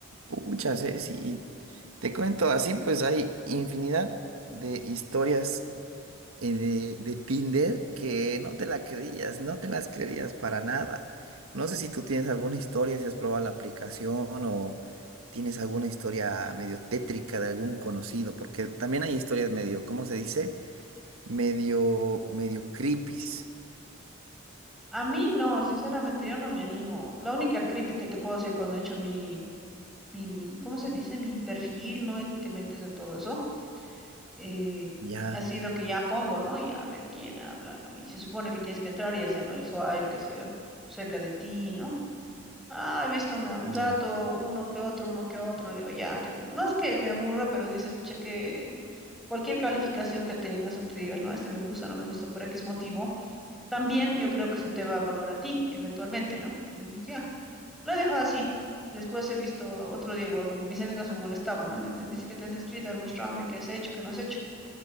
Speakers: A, on the right; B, in the centre.
A: Pucha, Ceci, te cuento así, pues hay infinidad de historias eh, de, de Tinder que no te la creías, no te las creerías para nada. No sé si tú tienes alguna historia, si has probado la aplicación o tienes alguna historia medio tétrica de algún conocido, porque también hay historias medio, ¿cómo se dice? Medio, medio creepies.
B: A mí no, sinceramente, yo no me animo. La única creepy que te puedo decir cuando he hecho mi, mi, mi, ¿cómo se dice? Mi perfil, no te metes a todo eso. eh,
A: Ya,
B: ha sido que ya pongo, ¿no? Y a ver quién habla, ¿no? Y se supone que tienes que entrar y hacer, ¿no? El swipe, qué sé yo, cerca de ti, ¿no? Ah, he visto una, un rato,
A: ya.
B: uno que otro, uno que otro, digo, ya, te- no es que me aburra, pero dices, pucha, que cualquier calificación que tengas o te digas, no, este me gusta, no me gusta, por X motivo, también yo creo que se te va a evaluar a ti eventualmente, ¿no? Entonces dices, ya, lo he dejado así. Después he visto otro día igual con mis amigas me molestaban, ¿no? Me decían, dice que te has inscrito, a ver, muéstrame qué has hecho, qué no has hecho.